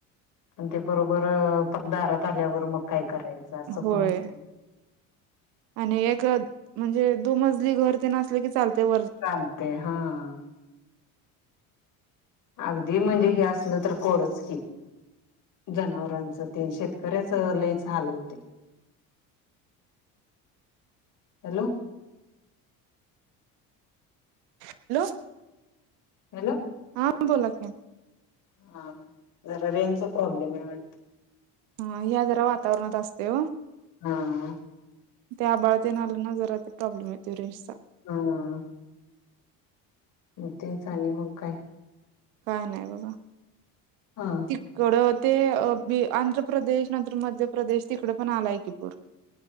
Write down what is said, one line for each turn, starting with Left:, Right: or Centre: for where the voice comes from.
Left: आणि ते बरोबर पांक दारांत आल्यावरं मंग कायं करायचं असं
Right: होय
Left: पणं होतं.
Right: आणि एक म्हणजे दो मजली घरं तेन असले की चालते वरं
Left: चालतंय हां अगदीं म्हणजे हे असलं तरं कोडंच की जनावरांच ते शेतकऱ्यांचं लयंच हालं होतंय हॅलो
Right: हॅलो
Left: हॅलो
Right: हां बोलां की
Left: हां जरां रेनचां प्रॉब्लेम आहे वाटतं
Right: हां ह्यां जरां वातावरणांत असते
Left: हा
Right: ते आंबाळ तेन आलं नां जरां ते प्रॉब्लेम येतं रेंज चां
Left: हां मं तेचं आणि मंग कायं
Right: काय नाही बघा
Left: हा
Right: तिकडं ते बी आंध्रप्रदेश नंतर मध्यप्रदेश तिकड पण आलाय की पूर <inaudible>